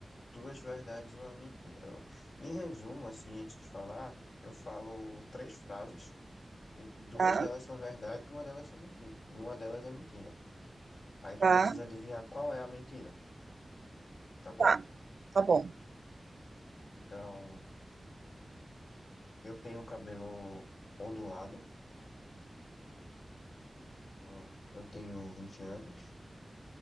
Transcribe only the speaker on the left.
Duas verdades e uma mentira. Eu- em resumo, assim, antes de falar, eu falo três frases e duas
delas são verdade e uma delas são mentira. E uma delas é mentira. Aí tu
precisa adivinhar qual é a mentira, tá bom?
Então, eu tenho cabelo ondulado, hum, eu tenho 20 anos